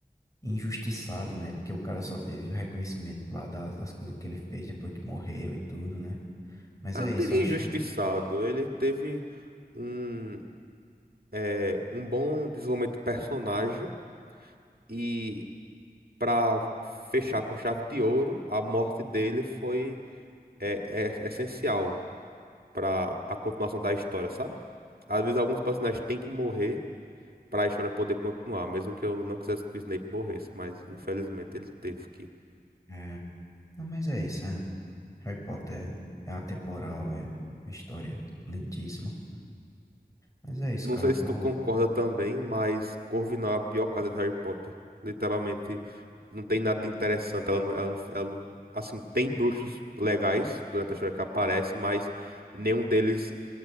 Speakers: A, on the left; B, on the right.
A: injustiçado, né? Porque o cara só teve o reconhecimento lá das, das coisas que ele fez depois que morreu e tudo, né? Mas
B: Eu
A: é
B: não
A: isso,
B: diria
A: eu acho.
B: injustiçado. Ele teve um, é, um bom desenvolvimento de personagem. e para fechar com chave de ouro, a morte dele foi é, é essencial para a continuação da história, sabe? Às vezes alguns personagens têm que morrer para a história poder continuar, mesmo que eu não quisesse que o Snape morresse, mas infelizmente ele teve que.
A: É, não, mas é isso. É. Harry Potter é atemporal, é uma história lindíssima. Mas é isso,
B: Não
A: cara.
B: sei
A: Eu vou
B: se tu concorda também, mas Corvinal é a pior casa de Harry Potter. Literalmente, não tem nada de interessante. Ela não, ela não, ela não- assim, tem bruxos legais durante a história que aparece, mas nenhum deles